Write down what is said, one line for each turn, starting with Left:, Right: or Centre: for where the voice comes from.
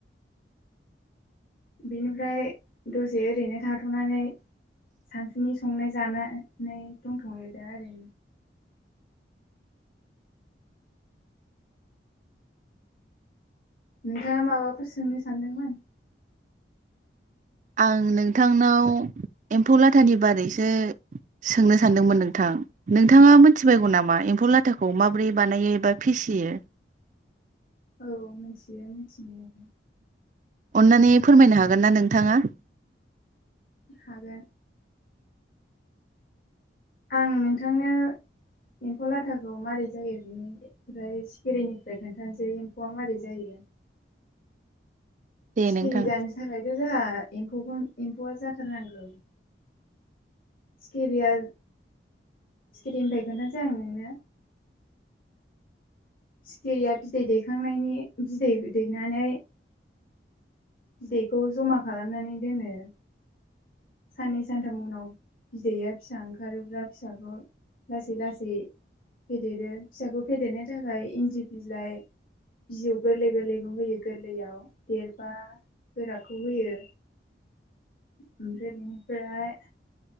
Left: बेनिफ्राय दसे ओरैनो थाथ'नानै सानसुनि संनाय जानानै दंथ'यो दा ओरैनो। नोंथाङा माबाफोर सोंनो सानदोंमोन।
Right: आं नोंथांनाव एम्फौ लाथानि बारैसो सोंनो सानदोंमोन नोंथां। नोंथाङा मिथिबायगौ
Left: औ
Right: नामा एम्फौ लाथाखौ? माब्रै बानायो एबा फिसियो?
Left: औ मिथियो मिथिनाया।
Right: अन्नानै फोरमायनो हागोन ना नोंथाङा?
Left: हागोन। आं नोंथांनो एम्फौ लाथाखौ मारै जायो बिनि ओमफ्राय सिखिरिनिफ्राय खोन्थानोसै एम्फौआ मारै जायो।
Right: दे
Left: सिखिरि
Right: नोंथां
Left: जानो थाखायथ' जोंहा एम्फौखोन एम्फौआ जाथारनांगो सिखिरिया सिखिरिनिफाय खोन्थासै आं नोंनो। सिखिरिया बिदै दैखांनायनि बिदै दैनानै। बिदैखौ जमा खालामनानै दोनो। साननै सानथाम उनाव बिदैया फिसा ओंखारोब्ला फिसाखौ लासै लासै फेदेरो फिसाखौ फेदेरनो थाखाय इन्दि बिलाइ बिजौ गोरलै गोरलैखौ होयो गोरलैयाव देरबा गोराखौ होयो। ओमफ्राय बेनिफ्राय